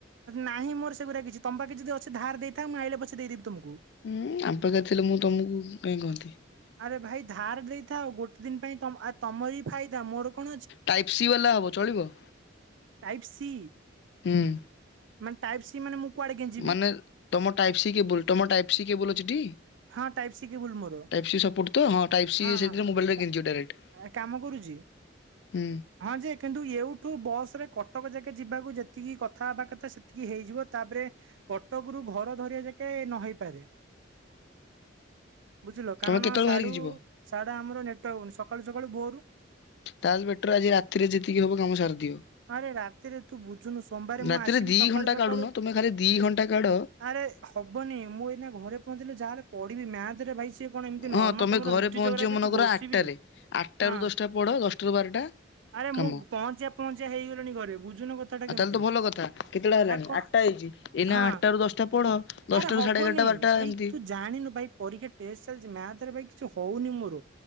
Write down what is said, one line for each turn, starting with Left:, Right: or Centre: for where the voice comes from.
Right: ନାହିଁ ମୋର ସେଗୁରା କିଛି ତ ପାଖ ଯଦି ଅଛି ଧାର ଦେଇଥା ମୁଁ ଆଇଲେ ପଛେ ଦେଇଦବି ତମକୁ।
Left: ହୁଁ ଆମ ପାଖରେ ଥିଲେ ମୁଁ ତମକୁ କାହିଁ କହନ୍ତି?
Right: ଆରେ ଭାଇ ଧାର ଦେଇଥାଉ ଗୋଟେ ଦିନ ପାଇଁ ତମର ବି ଫାଇଦା ମୋର କଣ
Left: ଟାଇପ ସି ବାଲା ହବ ଚଳିବ।
Right: ଟାଇପ ସି
Left: ହୁଁ।
Right: ମାନେ ଟାଇପ ସି ମାନେ ମୁଁ କୁଆଡେ ଗେଞ୍ଜିବି
Left: ମାନେ ତମ ଟାଇପ ସି କେବୁଲ ତମ ଟାଇପ୍ ସି କେବୁଲ ଅଛି ଟି?
Right: ହଁ ଟାଇପ ସି କେବୁଲ ମୋର।
Left: ଟାଇପ୍ ସି ସପୋର୍ଟ ତ ହଁ ଟାଇପ୍ ସି
Right: ହଁ-ହଁ
Left: ସେଥିରେ ମୋବାଇଲରେ
Right: କା-କାମ
Left: କିଣିଯିବ ଡାଇରେକ୍ଟ।
Right: କରୁଛି।
Left: ହୁଁ
Right: ହଁ ଯେ କିନ୍ତୁ ଏଉଠୁ ବସରେ କଟକ ଯାକେ ଯିବାକୁ ଯେତିକି କଥା ହବା କଥା ସେତିକି ହେଇଯିବ ତାପରେ କଟକରୁ ଘର ଧରିବା ଯାକେ ନହ ହୋଇପାରେ। ବୁଝିଲୁ କାରଣ
Left: ତମେ କେତେବେଳେ
Right: ସାଢୁ
Left: ବାହାରିକି ଯିବ
Right: ସାଡେ ଆମର ନେଟୱର୍କ ହଉନି ସକାଳୁ ସକାଳୁ ଭୋରୁ
Left: ତାହେଲେ ବେଟର ଆଜି ରାତିରେ ଯେତିକି ହବ କାମ ସାରିଦିଅ।
Right: ଆରେ ରାତିରେ ତୁ ବୁଝୁନୁ ସୋମବାରେ ମୁଁ
Left: ରାତିରେ
Right: ଆସିବି
Left: ଦି
Right: ସକାଳୁ
Left: ଘଣ୍ଟା
Right: ସକାଳୁ
Left: କାଢୁନ ତମେ ଖାଲି ଦି ଘଣ୍ଟା କାଢ
Right: ଆରେ ହବନି ମୁଁ ଏଇନା ଘରେ ପହଞ୍ଚିଲି। ଯାହେଲେ ପଢିବି ମ୍ୟାଥରେ ଭାଇ କି କଣ ଏମିତି
Left: ହଁ
Right: ନର୍ମାଲ
Left: ତମେ
Right: ତମର
Left: ଘରେ
Right: ହିଷ୍ଟି
Left: ପହଞ୍ଚିବ
Right: ଜୋଗ୍ରାଫି
Left: ମନେକର
Right: ହେଇଚି ଘୋଷିବି
Left: ଆଠଟାରେ ଆଠଟାରୁ
Right: ହଁ।
Left: ଦଶଟା ପଢ ଦଶଟାରୁ ବାରଟା
Right: ଆରେ
Left: କାମ।
Right: ମୁଁ ପହଁଞ୍ଚିଆ ପହଞ୍ଚିଆ ହେଇଗଲିଣି ଘରେ ବୁଝୁନ କଥାଟା
Left: ଆଉ
Right: କେମିତି
Left: ତାହେଲେ ତ ଭଲ କଥା କେତେଟା ହେଲାଣି
Right: ଆଉ କଣ।
Left: ଆଠଟା ହେଇଛି ଏଇନା
Right: ହଁ
Left: ଆଠଟ ରାରୁ ଦଶଟା ପଢ ଦଶଟାରୁ
Right: ଆରେ ହବନି
Left: ସାଢେ ଏଗାରଟା ବାରଟା
Right: ଭାଇ
Left: ଏମିତି
Right: ତୁ ଜାଣିନୁ ଭାଇ ପରୀକ୍ଷା ଟେଷ୍ଟ ଚାଲିଛି, ମ୍ୟାଥରେ ଭାଇ କିଛି ହଉନି ମୋର।